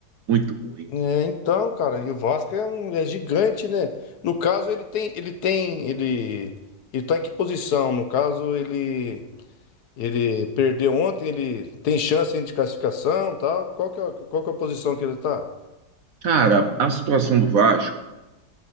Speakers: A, on the right; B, on the left.
A: Muito ruim.
B: É, então, cara, e o Vasco é um é gigante, né? No caso, ele tem, ele tem, ele, ele tá em que posição? No caso, ele, ele perdeu ontem, ele tem chance ainda de classificação, tal. Qual que é, a- qual que é a posição que ele tá?
A: Cara, a situação do Vasco,